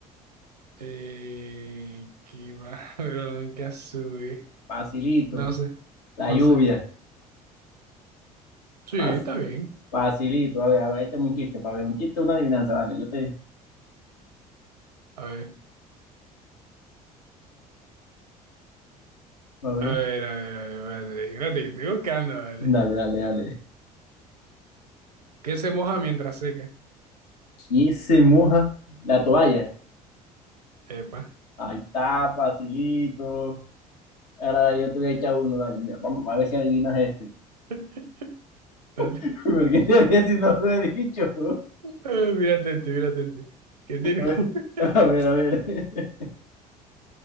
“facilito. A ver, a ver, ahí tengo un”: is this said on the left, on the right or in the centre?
Left